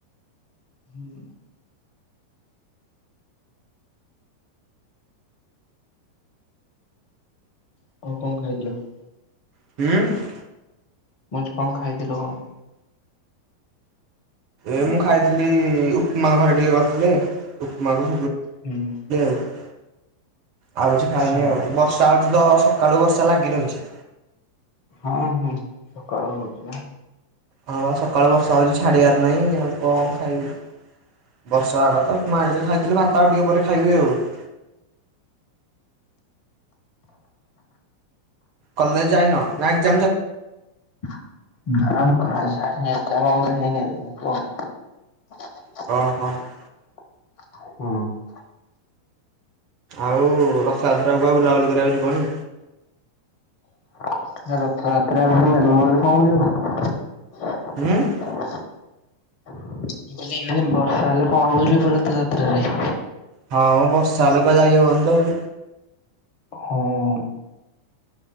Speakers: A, on the left; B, on the right.
A: <inaudible> <inaudible>
B: <inaudible>
A: <unintelligible>
B: ଏ ମୁଁ ଖାଇଥିଲି ଉପ୍ମା ଘରେ ଟିକେ କର୍ ଥିଲେ। ଉପମାକୁ
A: ହୁଁ
B: <unintelligible> ଆଉ କିଛି
A: ଆଚ୍ଛା
B: ଖାଇନି ଆଉ, ବର୍ଷା ହଉଚି ତ ସକାଳୁ ବର୍ଷା ଲାଗି ରହିଚି।
A: ହଁ ହୁଁ, ସକାଳୁ ହଉଚି ବା।
B: ହଁ ବା ସକାଳୁ ବର୍ଷା ହଉଚି, ଛାଡ଼ି ବାର୍ ନାଇଁ, କ'ଣ ଖାଇବି? <inaudible> କଲେଜ୍‌ ଯାଇନ ନା <inaudible>
A: <unintelligible>
B: <inaudible>
A: <unintelligible>
B: ଆଉ ରଥ ଯାତ୍ରା କୁ ଆଉ ବୁଲାବୁଲି କରିବା କୁ ଯିବନି?
A: <unintelligible>
B: <inaudible>
A: <unintelligible>
B: ହଁ, ମ ବର୍ଷା ହେଲେ ପା ଯାଇ ହବନି ତ ଆଉ।
A: <inaudible>